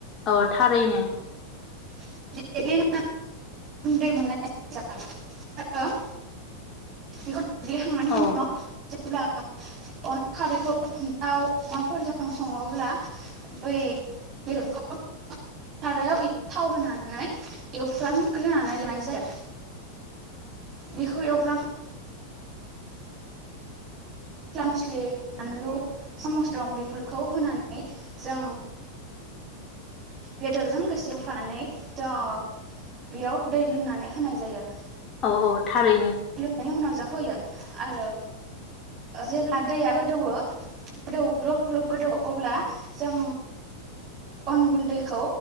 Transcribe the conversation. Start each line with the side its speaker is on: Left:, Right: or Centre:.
Left: औ थारैनो
Right: <unintelligible> उन्दै मोननाय <unintelligible> बेखौ देग्लि खांनायनि
Left: औ
Right: उनाव अब्ला अन खारैखौ दाउ अमाफोरजों सङोब्ला बै <unintelligible> सारायाव थाव होनानै एवफ्रानग्रोनानै लानाय जायो बेखौ एवफ्रां <unintelligible> म बानलु सस दं बेफोरखौ होनानै जों बेदरजों गोसो फानै बेयाव दै लुनानै होनाय जायो।
Left: औ औ थारैनो
Right: लुनायनि उनाव जाखोयो आरो जेब्ला दैया गोदौओ गोदौ ग्ल ग्ल गोदौ अब्ला जों अन गुन्दैखौ